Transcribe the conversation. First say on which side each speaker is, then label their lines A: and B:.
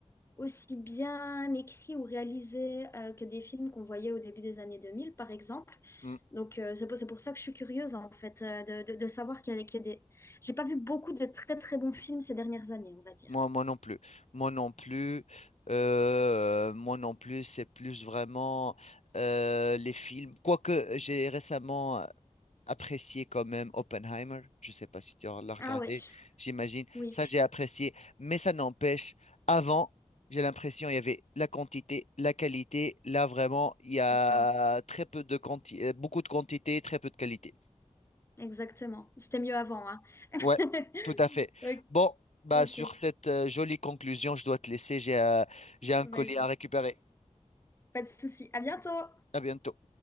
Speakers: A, on the left; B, on the left.
A: aussi bien écrits ou réalisés euh, que des films qu'on voyait au début des années 2000, par exemple.
B: Mm.
A: Donc, euh, c'est pour, c'est pour ça que je suis curieuse, en fait, euh, de, de- de savoir qu'il y a, qu'il y a des... J'ai pas vu beaucoup de très, très bons films ces dernières années, on va dire.
B: Moi, moi non plus. Moi non plus. Euh, moi non plus, c'est plus vraiment euh, les films. Quoique j'ai récemment apprécié quand même Oppenheimer. Je sais pas si tu l'as regardé,
A: Ah ouais,
B: j'imagine.
A: oui,
B: Ça, j'ai apprécié. Mais ça n'empêche, avant, j'ai l'impression il y avait la quantité, la qualité. Là, vraiment, il y a
A: c'est ça.
B: très peu de quantité, beaucoup de quantité, très peu de qualité.
A: Exactement. C'était mieux avant, hein. <laughs>
B: Ouais, tout à fait.
A: Ok,
B: Bon, bah
A: ok,
B: sur cette euh, jolie conclusion, je dois te laisser. J'ai euh, j'ai un
A: vas-y.
B: colis à récupérer.
A: Pas de souci. À bientôt!
B: À bientôt.